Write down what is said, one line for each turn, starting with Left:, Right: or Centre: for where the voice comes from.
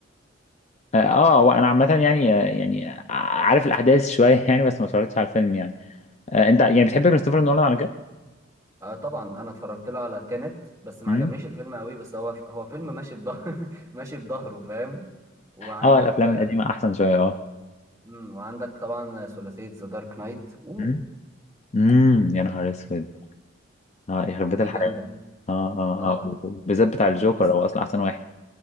Left: اه آه، وانا عامه يعني آه، يعني عارف الاحداث شويه <laughs> يعني بس ما اتفرجتش على الفيلم يعني آه انت يعني بتحب كريستوفر نولان على
Right: آه طبعا انا اتفرجت له على تينت بس ما
Left: كده
Right: عجبنيش الفيلم قوي بس هو هو فيلم ماشي بظهر <laughs> ماشي بظهره فاهم وعندك
Left: اه الافلام
Right: آه،
Left: القديمه احسن شويه اه
Right: مم، وعندك طبعا ثلاثية ذا دارك نايت اوه
Left: امم أمم، يا نهار اسود اه يخرب بيت
Right: دي
Left: الحلاوه
Right: جامدة
Left: اه اه
Right: طبعا
Left: اه بالذات بتاع الجوكر
Right: بس
Left: هو اصلا احسن واحد